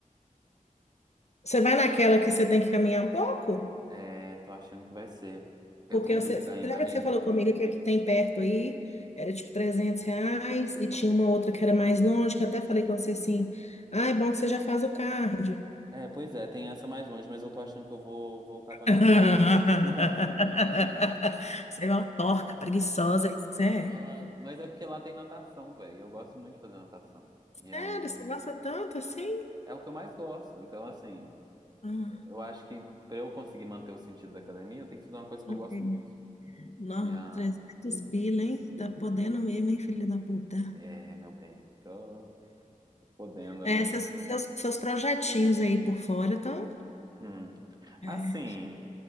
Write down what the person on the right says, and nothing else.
É, tô achando que vai ser. Eu
tô em
dúvida
ainda,
amiga.
É, pois é, tem essa mais longe, mas eu tô achando que eu vou voltar
pra normal mesmo. <laughs>
Ai,
mas é porque lá tem natação, velho. Eu gosto muito de fazer natação. E
aí,
é o que eu mais gosto. Então, assim,
eu acho que pra eu conseguir manter o sentido da academia, eu tenho que fazer uma coisa que
eu gosto muito.
E a.
É, meu bem, tô podendo,
né?
Hum.
Assim,